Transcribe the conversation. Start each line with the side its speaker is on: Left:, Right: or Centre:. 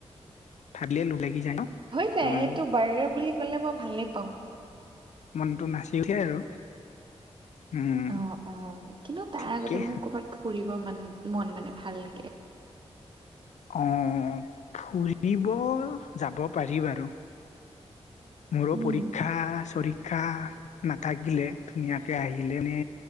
Left: ভাবিলে লোভ লাগি যায় ন'?
Right: হৈ যায়,
Left: উম
Right: এইটো বাৰ্গাৰ বুলি ক'লে মই ভালে পাওঁ।
Left: মনটো নাচি উঠে আৰু। উম
Right: অ', অ', কিন্তু তাৰ
Left: ঠিকে
Right: আগতে মোৰ কৰ'বাত ফুৰিব মান মন মানে ভালকে
Left: অঁ, ফুৰিব যাব পাৰি বাৰু! মোৰো
Right: উম,
Left: পৰীক্ষা-চৰি ক্ষা নাথাকিলে, ধুনীয়াকে আহিলে নে